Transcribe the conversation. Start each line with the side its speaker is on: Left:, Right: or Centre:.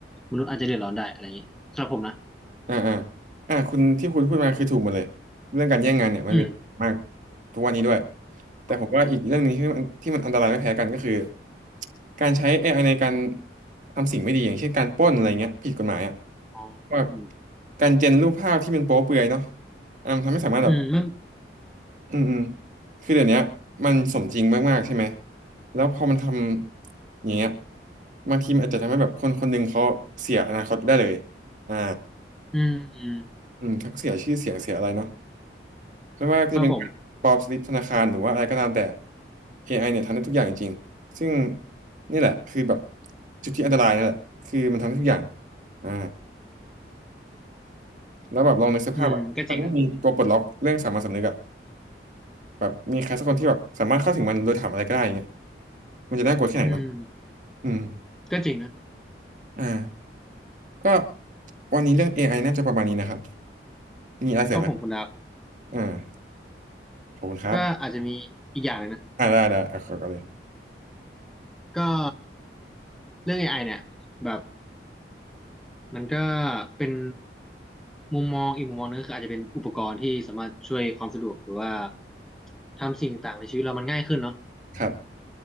Centre: มนุษย์อาจจะเดือดร้อนได้อะไรอย่างนี้สำหรับผมนะ
Right: อ่าอ่าอ่าคุณที่คุณพูดมาคือถูกหมดเลยเรื่องการแย่งงานเนี่ยมันเป็นมาก
Centre: อืม
Right: ทุกวันนี้ด้วยแต่ผมว่าอีกเรื่องหนึ่งที่มันที่มันอันตรายไม่แพ้กันก็คือ
Centre: ครับผม
Right: การใช้เอไอในการทำสิ่งไม่ดีอย่างเช่นการปล้นอะไรเงี้ยผิดกฎหมายอะ
Centre: อ๋ออืม
Right: ว่าการเจนรูปภาพที่มันโป๊เปลือยเนาะอ่ามันทำให้สามารถแบบ
Centre: อืมมัน
Right: อืมอืมคือเดี๋ยวเนี้ยมันสมจริงมากๆใช่ไหมแล้วพอมันทำอย่างเงี้ยบางทีมันอาจจะทำให้แบบคนคนหนึ่งเขาเสียอนาคตไปได้เลยอ่า
Centre: อืมอืม
Right: อืมทั้งเสียชื่อเสียงเสียอะไรเนาะไม่ว่าจะเป็นการปลอมสลิปธนาคารหรือว่าอะไรก็ตามแต่
Centre: ครับผม
Right: AI เนี่ยทำได้ทุกอย่างจริงๆซึ่งนี่แหละคือแบบจุดที่อันตรายนั่นแหละคือมันทำได้ทุกอย่างอ่าแล้วแบบลองนึกสภาพแบบถ้าไม่มีตัวปลดล็อกเรื่องสามัญสำนึกอะ
Centre: อืมก็จริงนะ
Right: แบบมีใครสักคนที่แบบสามารถเข้าถึงมันโดยถามอะไรก็ได้อย่างเงี้ยมันจะน่ากลัวแค่ไหนเนาะ
Centre: อืม
Right: อืม
Centre: ก็จริงนะ
Right: อ่าก็วันนี้เรื่องเอไ i น่าจะประมาณนี้นะครับมีอะไรเสริมไหม
Centre: ก็ผมคุณดับ
Right: อ่าขอบคุณครับ
Centre: ก็อาจจะมีอีกอย่างหนึงนะ
Right: อ่าได้ได้อ่ะขอก่อนเลย
Centre: ก็เรื่อง AI เนี่ยแบบมันก็เป็นมุมมองอีกมุมมองนึงคืออาจจะเป็นอุปกรณ์ที่สามารถช่วยความสะดวกหรือว่าทำสิ่งต่างๆในชีวิตเรามันง่ายขึ้นเนาะ
Right: ครับ